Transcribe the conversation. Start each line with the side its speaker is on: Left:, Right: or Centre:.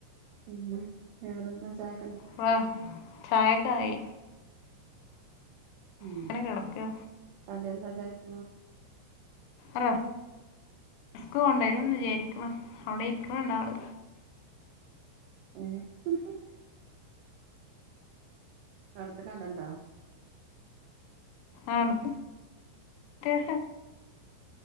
Right: പിന്നെ വേറെന്താ ചായ
Left: വാഹ് ചായക്കായി
Right: ഉം
Left: അങ്ങനെ കിടക്കുക
Right: കടി എന്താ ചായക്ക്
Left: ആഹ് ഇക്ക കൊണ്ടുവരുംന്ന് വിചാരിക്ക്ണ് അവിടെ ഇരിക്കണ് ണ്ടാള്
Right: <unintelligible> അടുത് കടാണ്ടോ
Left: ആഹ്